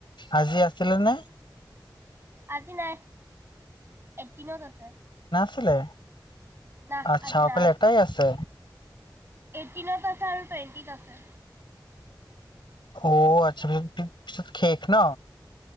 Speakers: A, on the left; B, on the right.
A: আজি আছিলে নে?
B: আজি নাই এইটটিনত আছে।
A: ছিলে
B: না
A: আচ্ছা,
B: আজি
A: অকল
B: না
A: এটাই আছে।
B: টিনত আছা আৰু টোৱেণ্টিত আছে।
A: অ আচ্ছা, পিত পিছত শেষ ন।